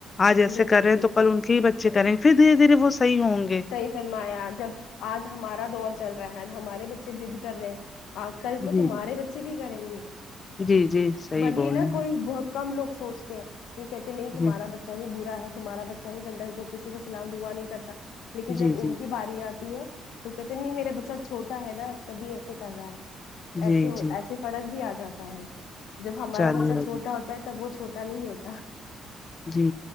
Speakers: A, on the left (about 35°); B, on the left (about 85°).
A: آج ایسے
B: بالکل
A: کر رہے ہیں
B: بالکل
A: تو کل ان کے ہی بچے کریں گے پھر دھیرے دھیرے وہ صحیح ہوں گے
B: صحیح فرمایا جب آج ہمارا دور چل رہا ہے آج ہمارے بچے ضد کر رہے ہیں آ کل کو
A: جی
B: تمہارے بچے بھی کریں گے
A: جی جی صحیح
B: بٹ
A: بول
B: یہ نا
A: رہے ہیں
B: کوئی بہت کم لوگ سوچتے ہیں یہ کہتے نہیں تمہارا
A: جی
B: بچہ ہی برا ہے تمہارا بچہ گندا ہے تو کسی کا سلام دعا نہیں کرتا لیکن
A: جی
B: جب
A: جی
B: ان کی باری آتی ہے تو کہتے نہیں میرا بچہ چھوٹا ہے نا تب بھی ایسے کر رہا ہے
A: جی
B: ایسے ہوتا
A: جی
B: ایسے فرق بھی آ جاتا ہے جب ہمارا
A: چلیے
B: بچہ چھوٹا ہوتا ہے تب وہ چھوٹا نہیں ہوتا
A: جی